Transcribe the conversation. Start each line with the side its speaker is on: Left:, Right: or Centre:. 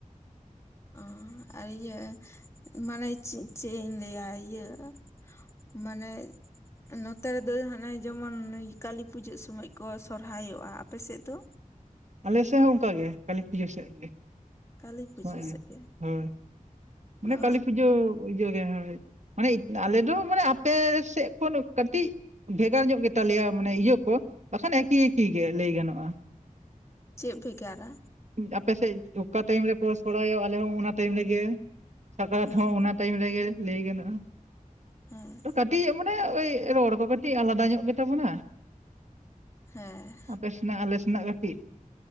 Left: ᱚ ᱟᱨ ᱤᱭᱟᱹ ᱢᱟᱱᱮ ᱪᱮᱫ ᱤᱧ ᱞᱟᱹᱭᱟ ᱤᱭᱟᱹ <unintelligible> ᱢᱟᱱᱮ ᱱᱚᱛᱮ ᱨᱮᱫᱚ ᱦᱟᱱᱮ ᱡᱮᱢᱚᱱ ᱠᱟᱹᱞᱤ ᱯᱩᱡᱟᱹᱜ ᱥᱚᱢᱚᱭ ᱠᱚ ᱥᱚᱨᱦᱟᱭᱚᱜᱼᱟ᱾ ᱟᱯᱮᱥᱮᱫ ᱫᱚ?
Right: ᱟᱞᱮ ᱥᱮᱫ ᱦᱚᱸ ᱚᱱᱠᱟ ᱜᱮ ᱠᱟᱹᱞᱤ ᱯᱩᱡᱟᱹ ᱥᱮᱫ ᱜᱮ
Left: ᱠᱟᱹᱞᱤ ᱯᱩᱡᱟᱹ
Right: <unintelligible>
Left: ᱥᱮᱫ ᱜᱮ
Right: ᱦᱳᱭ <unintelligible>
Left: ᱚ
Right: <unintelligible> ᱠᱟᱹᱞᱤ ᱯᱩᱡᱟᱹ ᱤᱡᱟᱹ ᱜᱮ ᱦᱟᱜ ᱢᱟᱱᱮ ᱟᱞᱮ ᱫᱚ ᱢᱟᱱᱮ ᱟᱯᱮ ᱥᱮᱫ ᱠᱷᱚᱱ ᱠᱟᱹᱴᱤᱡ ᱵᱷᱮᱜᱟᱨ ᱧᱚᱜ ᱜᱮ ᱛᱟᱞᱮᱭᱟ ᱢᱟᱱᱮ ᱤᱭᱟᱹ ᱠᱚ ᱵᱟᱠᱷᱟᱱ ᱮᱠᱤ ᱮᱠᱤ ᱜᱮ ᱞᱟᱹᱭ ᱜᱟᱱᱚᱜᱼᱟ
Left: ᱪᱮᱫ ᱵᱷᱮᱜᱟᱨᱟ?
Right: ᱟᱯᱮᱥᱮᱫ ᱚᱠᱟ ᱴᱟᱭᱤᱢ ᱨᱮ ᱯᱮ ᱥᱚᱨᱦᱟᱭᱚᱜᱟ ᱟᱞᱮ ᱦᱚᱸ ᱚᱱᱟ ᱴᱟᱭᱤᱢ ᱨᱮᱜᱮ ᱥᱟᱠᱨᱟᱛ
Left: ᱦᱮᱸ
Right: ᱦᱚᱸ ᱚᱱᱟ ᱴᱟᱭᱤᱢ ᱨᱮᱜᱮ ᱞᱟᱹᱭ ᱜᱟᱱᱚᱜ-ᱟ
Left: ᱦᱮᱸ
Right: ᱠᱟᱹᱴᱤᱡ ᱢᱟᱱᱮ ᱳᱭ ᱨᱚᱲ ᱠᱚ ᱠᱟᱹᱴᱤᱡ ᱟᱞᱟᱫᱟ ᱧᱚᱜ ᱜᱮᱛᱟᱵᱚᱱᱟ
Left: ᱦᱮᱸ
Right: ᱟᱯᱮ ᱥᱮᱱᱟᱜ ᱟᱞᱮ ᱥᱮᱱᱟᱜ ᱠᱟᱹᱴᱤᱡ